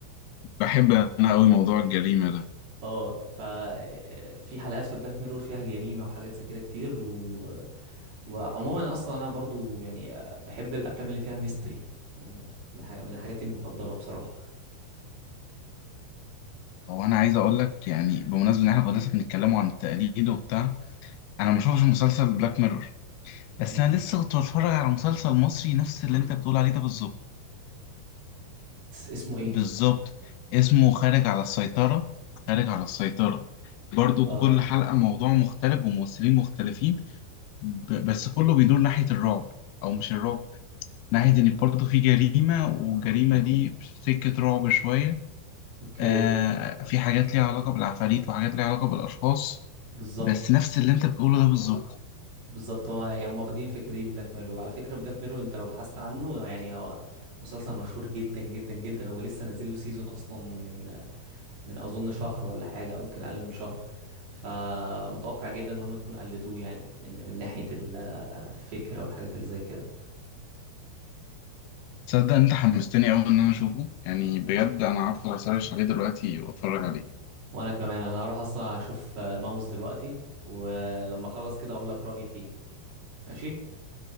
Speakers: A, on the left; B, on the right.
A: بحب أنا أوي موضوع الجريمة ده
B: اه ف في حلقات في بلاك ميرور فيها جريمة وحاجات زي كده كتير و... وعموما اصلا انا برضو يعني بحب الافلام اللي فيها ميستري يعني من حاجة من حاجاتي المفضلة بصراحة
A: هو انا عايز اقول لك يعني بمناسبه ان احنا كنا لسه بنتكلموا عن التقليد وبتاع انا ما شفتش مسلسل بلاك ميرور بس
B: مم.
A: انا لسه كنت بتفرج على مسلسل مصري نفس اللي انت بتقول عليه ده بالظبط
B: اسمه ايه
A: بالظبط اسمه خارج على السيطره خارج على السيطره برضو
B: اه
A: كل حلقه موضوع مختلف وممثلين مختلفين ب- بس كله بيدور ناحيه الرعب او مش الرعب ناحيه ان برضو في جريمه والجريمه دي في سكه رعب شويه
B: اوكي
A: آه في حاجات ليها علاقه بالعفاريت وحاجات ليها علاقه بالاشخاص
B: بالظبط
A: بس نفس اللي انت بتقوله ده بالظبط
B: بالظبط هو يعني هم واخدين الفكره دي من بلاك ميرور وعلى فكره بلاك ميرور انت لو بحثت عنه يعني هو مسلسل مشهور جدا جدا جدا هو لسه نازل له سيزون اصلا من من اظن شهر ولا حاجه او يمكن اقل من شهر فمتوقع جدا ان هم يكونوا قلدوه يعني من من ناحيه ال- الفكره والحاجات اللي زي كده
A: تصدق انت حمستني قوي ان انا اشوفه يعني بجد انا هدخل اسرش عليه دلوقتي واتفرج عليه
B: وانا كمان انا هروح اصلا اشوف ماوس دلوقتي ولما اخلص كده هقول لك رايي فيه ماشي